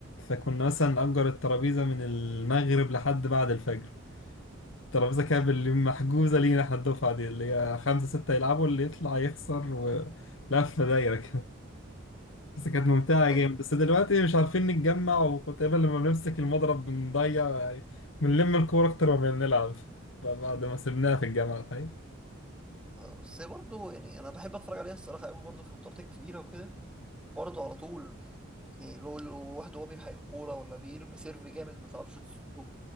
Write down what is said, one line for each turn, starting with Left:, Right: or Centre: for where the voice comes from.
Left: فكنا مثلا نأجر الترابيزة من المغرب لحد بعد الفجر الترابيزة كانت باللي محجوزة لينا احنا الدفعة دي اللي هي خمسة ستة يلعبوا اللي يطلع يخسر ولفة دايرة بس كانت ممتعة
Centre: اه
Left: جامد بس دلوقتي مش عارفين نتجمع وكنت دايما لما بنمسك المضرب بنضيع يعني بنلم الكورة أكتر ما بنلعب بعد ما سيبناها في الجامعة الحقيقة
Centre: آه، بس برضه يعني انا بحب اتفرج عليها الصراحه قوي برضه في البطولات الكبيره وكده برضه على طول م- يعني لو لو واحد هو بيلحق الكوره ولا بيرمي سيرف جامد ما تعرفش تصده